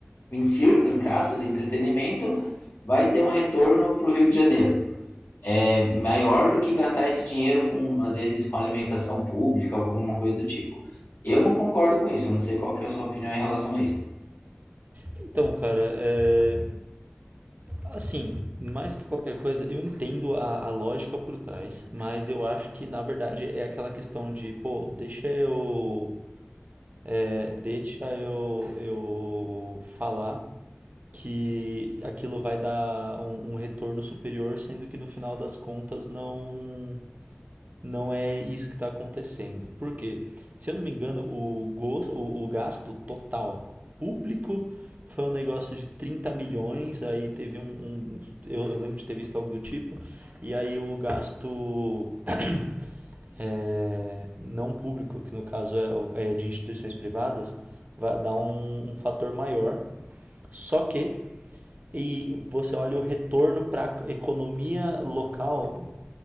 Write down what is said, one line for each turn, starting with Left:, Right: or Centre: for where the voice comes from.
Left: em circo, entre aspas, em entretenimento, vai ter um retorno para o Rio de Janeiro. É maior do que gastar esse dinheiro com, às vezes, com alimentação pública, alguma coisa do tipo. Eu não concordo com isso, eu não sei qual que é a sua opinião em relação a isso.
Right: Então, cara, é... assim, mais que qualquer coisa, eu entendo a, a lógica por trás, mas eu acho que na verdade é aquela questão de, pô, deixa eu, é, deixa eu, eu falar que aquilo vai dar um, um retorno superior, sendo que no final das contas não Não é isso que está acontecendo. Por quê? Se eu não me engano, o, gos- o- o gasto total público foi um negócio de 30 milhões, aí teve um. um- eu, eu lembro de ter visto algo do tipo, e aí o gasto <coughs> <clears throat> é, não público, que no caso é, o- é de instituições privadas, vai dar um, um fator maior. Só que e você olha o retorno para a economia local,